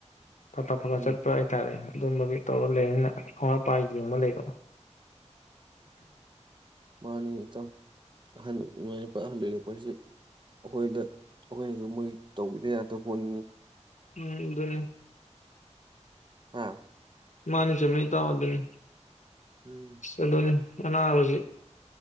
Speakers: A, on the left; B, on the right.
A: ꯐꯠꯐꯥ ꯐꯠꯐꯥ
B: ꯎꯝ
A: ꯆꯠꯄ ꯍꯥꯏꯇꯥꯔꯦ ꯑꯗꯨꯝꯕꯒꯤ ꯇꯧꯔ ꯂꯩꯕꯅꯤꯅ ꯑꯋꯥꯥꯠ ꯑꯄꯥ ꯌꯦꯡꯉ ꯂꯩꯕ
B: ꯃꯥꯅꯤꯛ ꯏꯇꯥꯎ ꯑꯍꯟ ꯏꯃꯥ ꯏꯄꯥ ꯑꯍꯜ ꯂꯩꯔꯛꯄ ꯍꯥꯏꯁꯤ ꯑꯩꯈꯣꯏꯗ ꯑꯈꯣꯏꯅꯁꯨ ꯃꯣꯏ ꯇꯧꯕꯤꯗ ꯌꯥꯗ ꯄꯣꯠꯅꯤꯅꯦ
A: ꯎꯝ ꯑꯗꯨꯅꯤ
B: ꯑꯥ
A: ꯃꯥꯅꯤ ꯆꯨꯝꯃꯤ ꯏꯇꯥꯎ ꯑꯗꯨꯅꯤ
B: ꯎꯝ
A: ꯑꯗꯨꯅꯤ ꯑꯅꯥꯕꯁꯤ